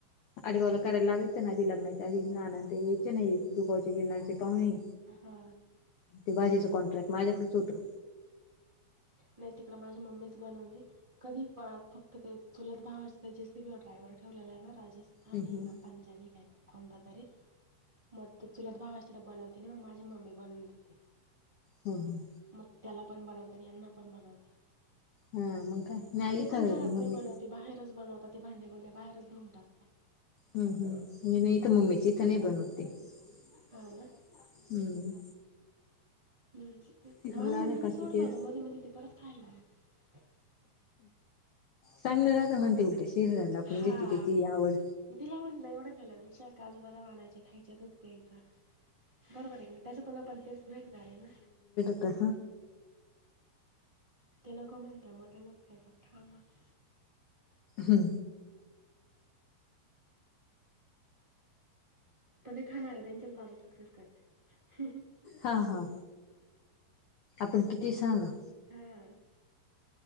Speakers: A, on the left; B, on the right.
A: अडगावला करायला लागयचं ना आधी लग्नाच्या आधी ना ते यायचे नाही दुगावचे जिण्याचे पाहणे.
B: हा.
A: ते बाजीचं कॉन्ट्रॅक्ट माझ्याकडच होतं.
B: न त इकड माझी मममीच बणते. कधीण फक्त ते चुलत भावाचे जेसीबी ड्रायव्हर ठेवलेला आहे ना राजा राजस्थानी
A: हम्म हम्म.
B: का पंजाबी काय कोणता तरी मग तर चुलत भावा अस तर बनवते मगझी मम्मी बनवूनतेेते.
A: ह हां.
B: मग त्याला पण बनवता आणि यांना पण बनवता.
A: हा मग काय नाहीयथ
B: पण घरात नाही
A: मम्मी
B: बनवते, ते बाहेरच बनवतात ते भांडेगुंडे्या बाहेर धुऊून टकात.
A: हम्म हम्म म्हणजे नाहीथ मम्मीची इथ नाही बनवते हम्म.
B: हां ना? माझ्या
A: तिकडं लहान्या
B: मम्मीनी
A: काकीचे
B: सोडलं होत मध्येी मध्येी ते परत खायला ला.
A: चांगलं राहत म्हणते उलट शिर राला आपण
B: हां.
A: ज्याची त्याची आवड.
B: मग तिला म्हटलं एवढा केला नाही काजूगदाम आणायचे खायच्या दूध प्यायचं. बरोबर आहे ना त्याच्यातून आपण तेच भेटणार आहे ना.
A: आता
B: त्यानेक मण त्याम टनत खच खाऊ मग
A: हा.
B: पण ते खाणार आहे त्यांच्याच बाजू सक्सेस करते. हा
A: हा हा आपण किती सांगा
B: हा.